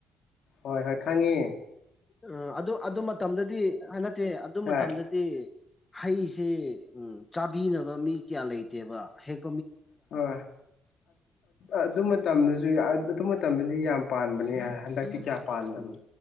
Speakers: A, on the left; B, on the left.
A: ꯍꯣꯏ ꯍꯣꯏ ꯈꯪꯉꯦ
B: ꯎ ꯑꯗꯨ ꯑꯗꯨ ꯃꯇꯝꯗꯗꯤ ꯍꯥꯏ ꯅꯠꯇꯦ ꯑꯗꯨ
A: ꯍꯣꯏ
B: ꯃꯇꯝꯗꯗꯤ ꯍꯩꯁꯦ ꯎ ꯆꯥꯕꯤꯅꯕ ꯃꯤ ꯀꯌꯥ ꯂꯩꯇꯦꯕ ꯍꯦꯛ
A: ꯍꯣꯏ ꯑꯗꯨ ꯃꯇꯝꯗꯁꯨ ꯑꯗꯨ ꯃꯇꯝꯗꯗꯤ ꯌꯥꯝ ꯄꯥꯟꯕꯅꯦ ꯍꯟꯗꯛꯇꯤ ꯀꯌꯥ ꯄꯥꯟꯗ꯭ꯔꯕꯅꯣ
B: ꯎꯝ